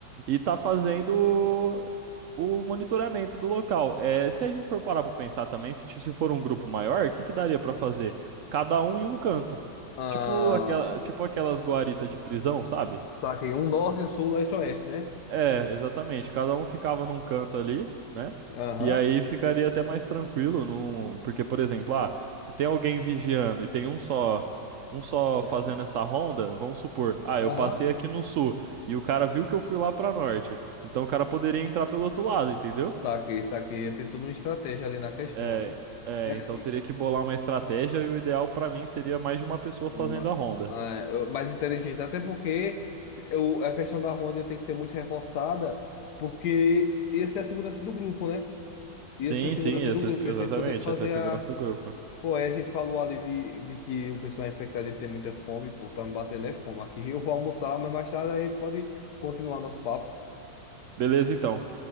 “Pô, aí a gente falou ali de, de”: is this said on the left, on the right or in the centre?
Left